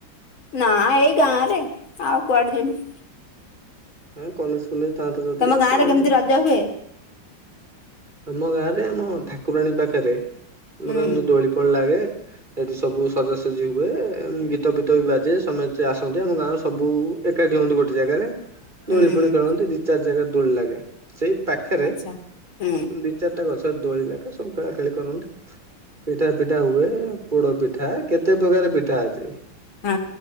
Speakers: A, on the left; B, on the right.
A: ନା ଏଇ ଗାଁ ରେ ଆଉ କୁଆଡେ ଯିବୁ?
B: ଏ କଲେଜ ଫଲେଜ ଥାନ୍ତା ଯଦି
A: ତମ
B: <unintelligible>
A: ଗାଁ <unintelligible> ହୁଏ?
B: ଆମ ଗାଁରେ ଆମ ଠାକୁରାଣୀ ପାଖେରେ ଆମର
A: ହୁଁ
B: ଏମିତି ଦୋଳି ଫୋଳି ଲାଗେ। ସେଇଠି ସବୁ ସଜାସୁଜି ହୁଏ ଗୀତ ଫିତ ବି ବାଜେ ସମେସ୍ତେ ଆସନ୍ତି ଆମ ଗାଁରୁ ସବୁ ଏକାଠି ହୁଅନ୍ତି ଗୋଟେ ଜାଗାରେ
A: ହୁଁ
B: ଦୋଳି ଫୋଳି ଖେଳନ୍ତି ଦି ଚାରି ଜାଗାରେ ଦୋଳି ଲାଗେ ସେଇ ପାଖେରେ
A: ଆଚ୍ଛା ହୁଁ
B: ଦି ଚାରିଟା ଗଛରେ ଦୋଳି ଲାଗେ ସବୁ ଖେଳା ଖେଳି କରନ୍ତି। ପିଠା ଫିଠା ହୁଏ ପୋଡ଼ପିଠା କେତେ ପ୍ରକାର ପିଠା ଅଛି।
A: ହଁ